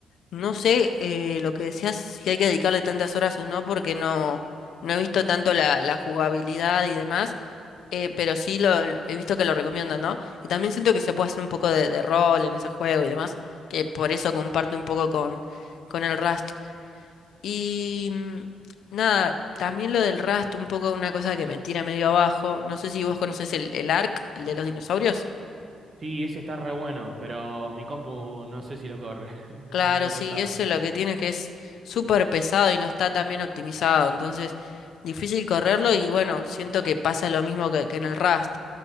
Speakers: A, on the left (about 75°); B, on the right (about 50°).
A: no sé eh, lo que decías, si hay que dedicarle tantas horas o no, porque no, no he visto tanto la, la jugabilidad y demás, eh, pero sí lo he visto que lo recomiendan, ¿no? Y también siento que se puede hacer un poco de, de rol en ese juego y demás, que por eso comparto un poco con, con el Rust. Y mm, nada, también lo del Rust, un poco una cosa que me tira medio abajo. No sé si vos conocés el, el Ark, el de los dinosaurios.
B: Sí, ese está re bueno, pero mi compu no sé si lo corre. <laughs>
A: Claro,
B: Está medio
A: sí,
B: pesado.
A: eso es lo que tiene que es súper pesado y no está tan bien optimizado, entonces difícil correrlo y bueno, siento que pasa lo mismo que, que en el Rust.